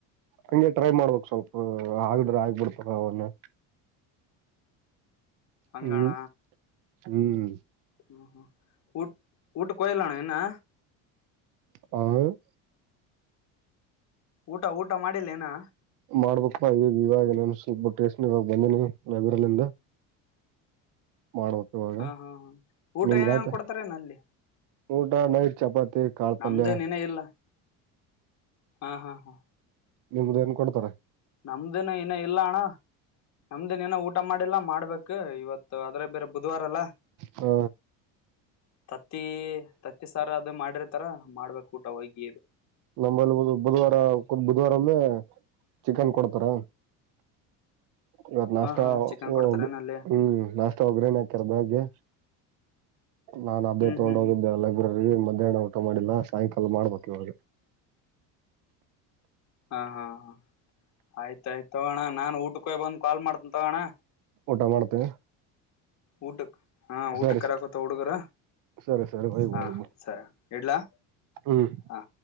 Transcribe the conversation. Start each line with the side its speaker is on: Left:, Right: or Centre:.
Right: ಹಂಗೆ ಟ್ರೈ ಮಾಡ್ಬೇಕ್ ಸ್ವಲ್ಪ ಆಗಿದ್ರ ಆಗ್ಬಿಡ್ತದ ಅವನ್ನ
Left: ಹಂಗಣ
Right: ಹ್ಮ್ ಹ್ಮ್.
Left: ಹ್ಮ್ ಹ್ಮ ಊಟ್ ಊಟಕ್ ಹೋಗಿಲ್ ಅಣ್ಣಾ ಇನ್ನಾ?
Right: ಹಾ
Left: ಊಟ ಊಟ ಮಾಡಿಲ್ಲ ಇನಾ?
Right: ಮಾಡಬೇಕ್ಪ ಈಗ ಇವಾಗ ಇನ್ನೋನ್ ಸ್ವಲ್ಪ ಬಿಟ್ಟ ಟೇಶಂಗ ಹೋಗಿ ಬಂದಿನಿ ಲೈಬ್ರರಿಲಿಂದ. ಮಾಡ್ಬೇಕ. ಇವಾಗ
Left: ಹಾ ಹಾ ಹಾ ಊಟ
Right: ನಿಮ್ದ
Left: ಏನೇನ್
Right: ಆಯ್ತ
Left: ಕೊಡ್ತಾರೇನ ಅಲ್ಲಿ?
Right: ಊಟ ನೈಟ್ ಚಪಾತಿ ಕಾಳ
Left: ನಮ್ದೇನ್
Right: ಪಲ್ಯ.
Left: ಇನ್ನ ಇಲ್ಲ ಹಾ ಹಾ ಹಾ.
Right: ನಿಮ್ದ ಏನ್ ಕೊಡ್ತಾರ?
Left: ನಮ್ದಿನ ಇನ್ನ್ ಇಲ್ಲ ಅಣ್ಣ ನಮ್ದಿನ ಏನ ಊಟ ಮಾಡಿಲ್ಲಾ ಮಾಡ್ಬೇಕ ಇವತ್ತ ಅದ್ರಾಗ್ ಬೇರೆ ಬುಧವಾರ ಅಲ್
Right: ಹ
Left: ತತ್ತಿ ತತ್ತಿ ಸಾರ್ ಊಟಾ ಅದು ಮಾಡಿರ್ತಾರ್ ಮಾಡ್ಬೇಕ ಊಟ ಹೋಗಿ.
Right: ನಂಬಲ್ಲಿ ಬಂದು ಬುಧವಾರ ಬುಧವಾರ ಒಮ್ಮೆ ಚಿಕನ್ ಕೊಡ್ತಾರ. ಇವತ್ತ್ ನಾಸ್ಟಾ
Left: ಹಾ ಹಾ ಚಿಕನ್
Right: ಓ
Left: ಕೊಡ್ತಾರೇನ
Right: ಇದು
Left: ಅಲ್ಲಿ
Right: ಹಂ ನಾಶ ವಗ್ಗ್ರಣಿ ಹಾಕಿದ್ರ ಬೆಳಗ್ಗೆ ನಾನ್ ಅದೇ
Left: ಹ್ಮ್
Right: ತಗೊಂಡ
Left: ಹ್ಮ್ ಹ್ಮ್
Right: ಹೋಗಿದ್ದೆ ಎಲ್ಲ <unintelligible> ಲೈಬ್ರರಿ ಮಧ್ಯಾಹ್ನ ಊಟ ಮಾಡಿಲ್ಲ ಸಾಯಂಕಾಲ ಮಾಡ್ಬೇಕ್ ಇವಾಗೆ.
Left: ಹಾ ಹಾ ಹ ಆಯ್ತಾಯ್ತ ತೋಗೋಣ ನಾನ್ ಊಟ ಊಟಕ್ ಹೋಗಿ ಬಂದ ಕಾಲ್ ಮಾಡ್ತೇನ್ ತೊಗೊಣ್ಣ.
Right: ಊಟ ಮಾಡ್ತಿ?
Left: ಊಟಕ್ ಹಾ ಊಟಕ್ಕ
Right: ಸರಿ
Left: ಕರ್ಯಾಕತ್ತವ ಹುಡುಗ್ರ.
Right: ಸರಿ ಸರಿ ಬಾಯ್
Left: ಹಾ
Right: ಬಾಯ್
Left: ಸರಿ ಇಡ್ಲಾ
Right: ಹ್ಮ್
Left: ಹಾ.